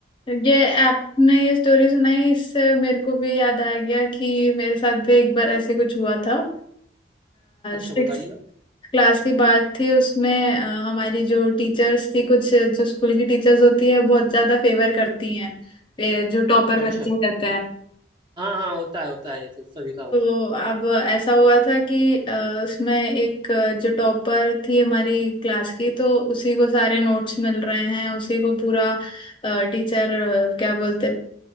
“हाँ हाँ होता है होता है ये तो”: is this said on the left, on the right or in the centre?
Right